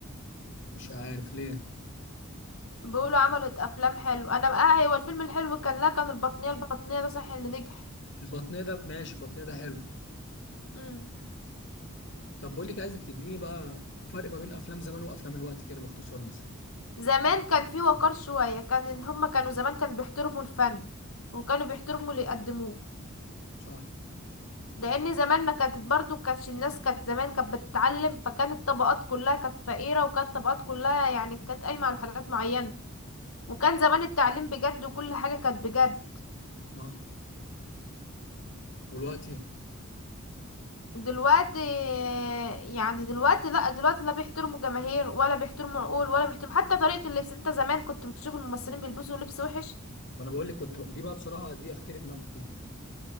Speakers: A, on the left; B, on the left.
A: مش عارف ليه
B: بيقولوا عملت افلام حلو انا بقى ايوه الفيلم الحلو كان لا كان البطنية البطنية ده صح اللي نجح
A: البطنيه ده ماشي البطنيه ده حلو
B: مم.
A: طب بقول لك عايزك تديني بقى فرق ما بين افلام زمان وافلام الوقت كده باختصار مثلا
B: زمان كان في وقار شوية كان ان هما كانوا زمان كانوا بيحترموا الفن وكانوا بيحترموا اللي يقدموه
A: صح
B: لان زماننا كانت برضو كانتش الناس كانت زمان كانت بتتعلم فكانت الطبقات كلها كانت فقيرة وكانت الطبقات كلها يعني كانت قايمة على حاجات معينة وكان زمان التعليم بجد وكل حاجة كانت بجد
A: اه والوقت
B: دلوقتي يعني دلوقتي لا دلوقتي لا بيحترموا جماهير ولا بيحترموا عقول ولا بيحترموا حتى طريقة اللبس انت زمان كنت بتشوف الممثلين بيلبسوا لبس وحش
A: ما انا بقول لك كنت دي بقى بصراحه دي اختلف معاك فيها